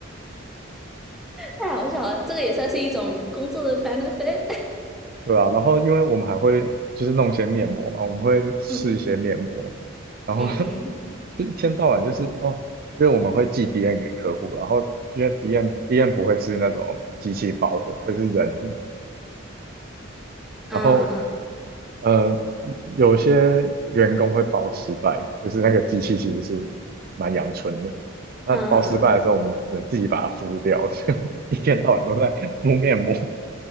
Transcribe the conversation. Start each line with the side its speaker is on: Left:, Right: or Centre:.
Centre: 太好笑了，这个也算是一种工作的 benefit。
Right: 对啊，然后因为我们还会就是弄一些面膜嘛，我们会试一些面膜，
Centre: <laughs>
Right: 然后
Centre: 嗯嗯嗯
Right: <laughs> 就一天到晚就是哦，因为我们会寄 DM 给客户，然后因为 DM DM 不会是那种机器包的，会是人，然后
Centre: 嗯嗯
Right: 呃有些员工会包失败，就是那个机器其实是蛮阳春的，那包失败的时候我们只能自己把它敷掉，
Centre: 嗯嗯嗯。
Right: <laughs> 就一天到晚都在敷面膜，